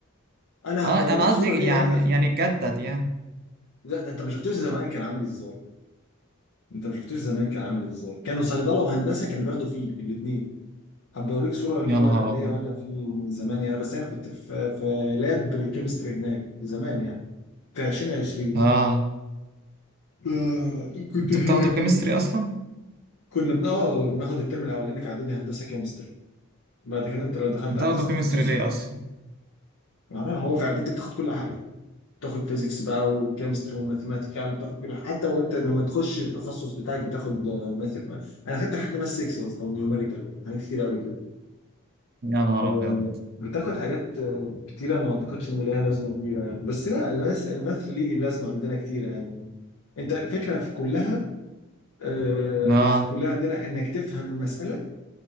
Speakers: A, on the left; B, on the right.
A: انا
B: اه
A: هبقى
B: انا
A: اوريك
B: قصدي
A: صوره ليا
B: يعني
A: وانا في
B: يعني اتجدد يعني
A: لا ده انت ما شفتوش زمان كان عامل ازاي انت ما شفتوش زمان كان عامل ازاي كانوا صيدله وهندسه كانوا بياخدوا فيه الاثنين هبقى اوريك صوره ليه
B: يا
A: وانا
B: نهار
A: ليه
B: ابيض
A: وانا في من زمان يعني بس انا كنت في في لاب الكيمستري هناك زمان يعني في 2020
B: اه
A: آه كنت
B: انتوا
A: هناك
B: بتاخدوا كيمستري
A: يعني
B: اصلا
A: كنا بن اه بناخد الترم الاولاني في اعدادي هندسه كيمستري بعد كده انت لو دخلت
B: بتاخدوا
A: على حسب
B: كيمستري
A: تخصصك
B: ليه
A: بقى
B: اصلا
A: آه، هو في اعدادي بتاخد كل حاجه بتاخد فيزيكس بقى وكيمستري وماثيماتيكال بتاخد كل حاجه حتى وانت لما تخش التخصص بتاعك بتاخد آه، math- انا خدت لحد ماث 6 يا اسطى ونيوميريكال حاجات كتير قوي كده.
B: يا نهار
A: آه،
B: ابيض
A: بتاخد حاجات آه، كتيرة ما اعتقدش ان ليها لازمة كبيرة بس لا الماث الماث ليه لازمة عندنا كتيرة يعني انت الفكرة في كلها آه،
B: اه
A: في كلها عندنا انك تفهم المسألة